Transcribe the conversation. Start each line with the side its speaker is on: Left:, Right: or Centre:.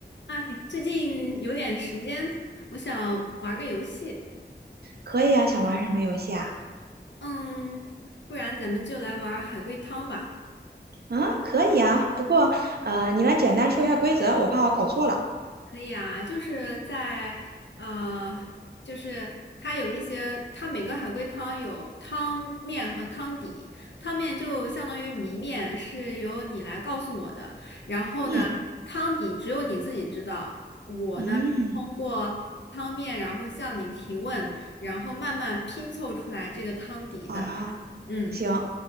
Left: 哎，最近有点时间，我想玩个游戏。
Right: 可以啊，想玩什么游戏啊？
Left: 嗯，不然咱们就来玩儿海龟汤吧。
Right: 啊，可以啊，不过呃，你来简单说一下规则，我怕我搞错了。
Left: 可以啊，就是在呃，就是它有一些，它每个海龟汤有汤面和汤底。汤面就相当于谜面，是由你来告诉我的。然后呢，
Right: 嗯
Left: 汤底只有你自己知道。我呢，
Right: 嗯，
Left: 通过汤面，然后向你提问，然后慢慢拼凑出来这个汤底的。
Right: 好啊，
Left: 嗯，
Right: 行，